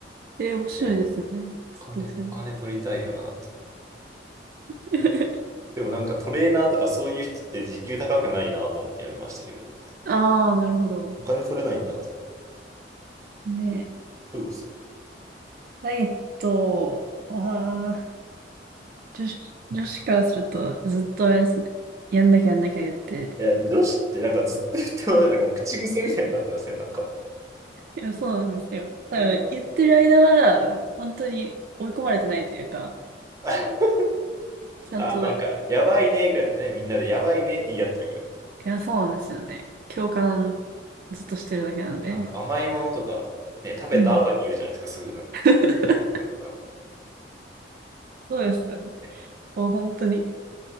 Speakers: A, on the right; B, on the right.
A: ええ面白いですね。
B: ね、
A: ちょっとそれ
B: お金、お金取りたいよなと。
A: <laughs>、
B: でもなんかトレーナーとかそういう人って時給高くないなと思ってやめましたけど、
A: ああ、なるほど。
B: お金取れないんだと。
A: ね、
B: そうそ
A: ダイエットは、女子、女子からするとずっとあれですね。やんなきゃやんなきゃ言って。
B: う。いや、女子ってなんかずっと言ってません。なんかもう口癖みたいになってません。なんか。
A: いや、そうなんですよ。だから言ってる間は、
B: なんか、
A: 本当に追い込まれてないというか、
B: <laughs>
A: ちゃんと、
B: あ、なんか、やばいねぐらいだね。みんなでやばいねって言い合ってるぐらい。
A: いや、そうなんですよね。共感ずっとしてるだけなんで。
B: でなんか甘いものとか、ね、食べた後に言うじゃないですか、
A: うん。
B: すぐなんか。
A: <laughs>
B: すぐとか。
A: そうですよね。
B: ね
A: もう本当に。